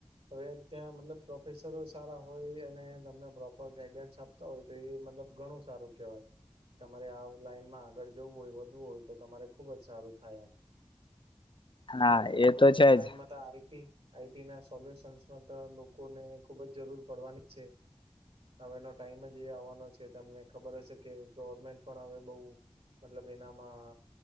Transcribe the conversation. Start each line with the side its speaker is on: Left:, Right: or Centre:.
Right: હવે ત્યાં મતલબ પ્રોફેસરો સારા હોય અને તમને પ્રોપર ગાઈડન્સ આપ હોય તો એ મતલબ ઘણું સારું કહેવાય. તમારે આ લાઈનમાં આગળ જવું હોય વધવું હોય તો તમારે ખુબ જ સારું થાય એમ
Left: હા
Right: અને
Left: એ
Right: હવેના
Left: તો છે
Right: ટાઈમ
Left: જ
Right: આઈટી આઈટી ના સોલ્યુશન્સમાં તો લોકોને ખુબ જ જરૂર પડવાની જ છે. હવેનો ટાઈમ જ એ આવવાનો છે તમને ખબર હશે કે ગવર્મેન્ટ પણ હવે બઉુ મતલબ એનામાં